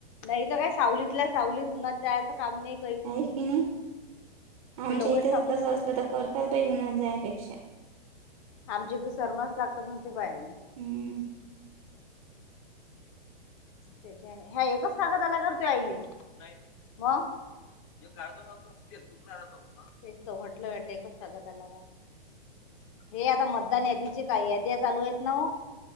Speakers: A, on the left; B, on the right.
A: नाही तर काय सावलीतला सावलीत उन्हात जायचं काम नाही.
B: आहे की नाही आमच्या
A: हे लोकांना
B: इथं
A: समजतच
B: तर तस असलं
A: नाही.
B: तर करतात बाई उन्हात जायपेक्षा
A: आमचे इडे <unintelligible> शर्माच लागतात मग ते पायले
B: हम्म.
A: त्याच्या ह्या एकच स्वागत आला करते आईले मग कायतो म तो तेतटलं <unintelligible> वाटलं एकच सगतला का हे आता मतदान यादीचे काय यादी चालू आहेत ना